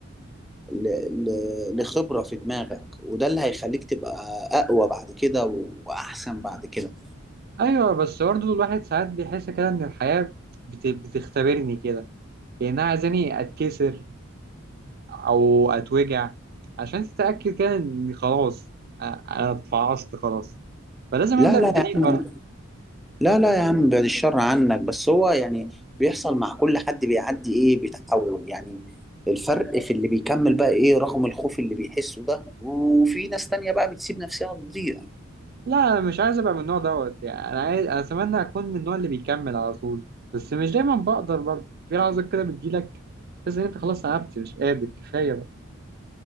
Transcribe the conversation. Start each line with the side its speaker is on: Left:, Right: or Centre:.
Centre: ل... ل... لخبرة في دماغك وده اللي هيخليك تبقى أقوى بعد كده وأحسن بعد كده
Right: ايوه بس برضه الواحد ساعات بيحس كده ان الحياه بت- بتختبرني كده كانها عايزاني اتكسر او اتوجع عشان تتاكد كده اني خلاص أ- انا اتفعصت خلاص فلازم
Centre: لا
Right: ابدا
Centre: لا
Right: من جديد
Centre: يا عم
Right: برضه
Centre: لا لا يا عم بعد الشر عنك بس هو يعني بيحصل مع كل حد بيعدي إيه بيتحول يعني الفرق في اللي بيكمل بقى إيه رغم الخوف اللي بيحسه ده وفي ناس تانية بقى بتسيب نفسها تضيع
Right: لا انا مش عايز ابقى من النوع دوت يعني انا عايز انا اتمنى اكون من النوع اللي بيكمل على طول بس مش دايما بقدر برضه في لحظات كده بتجيلك بس ان انت خلاص تعبت مش قادر كفايه بقى